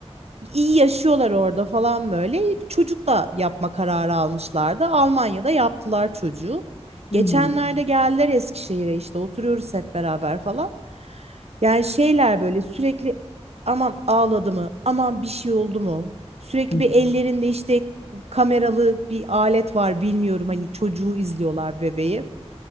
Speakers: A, on the right; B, on the left.
A: iyi yaşıyorlar orada falan böyle. Çocuk da yapma kararı almışlardı. Almanya'da yaptılar çocuğu. Geçenlerde
B: Hı hı.
A: geldiler Eskişehir'e işte oturuyoruz hep beraber falan. Yani şeyler böyle sürekli aman ağladı mı, aman bir şey oldu mu? Sürekli
B: Hı.
A: bir ellerinde işte kameralı bir alet var bilmiyorum hani çocuğu izliyorlar bebeği.